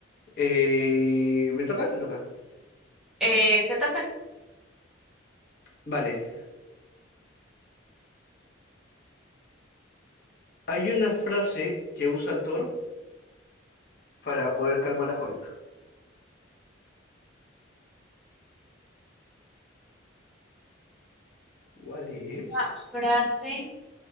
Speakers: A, on the left; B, in the centre.
A: Eh, ¿me toca? Te toca.
B: Eh, ¿te toca?
A: Vale. Hay una frase que usa Thor para poder calmar a Hulk. ¿Cuál es?
B: Una frase